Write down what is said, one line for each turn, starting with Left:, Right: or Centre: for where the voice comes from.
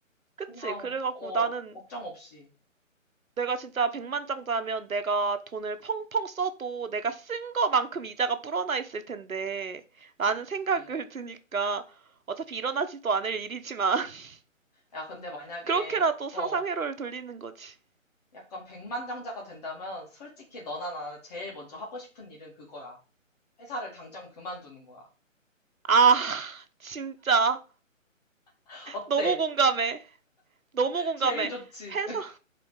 Right: 그치?
Left: 그냥,
Right: 그래갖고
Left: 어,
Right: 나는
Left: 걱정 없이.
Right: 내가 진짜 백만장자면 내가 돈을 펑펑 써도 내가 쓴 거만큼 이자가 불어나 있을 텐데 라는
Left: 그치.
Right: 생각을 드니까 어차피 일어나지도 않을 일이지만 <laughs>
Left: 야, 근데 만약에,
Right: 그렇게라도
Left: 어,
Right: 상상 회로를 돌리는 거지.
Left: 약간 백만장자가 된다면, 솔직히 너나 나나 제일 먼저 하고 싶은 일은 그거야. 회사를 당장 그만두는 거야.
Right: 아, 진짜
Left: <laughs> 어때?
Right: 너무 공감해. 너무 공감해.
Left: 제일 좋지.
Right: 회사
Left: <laughs>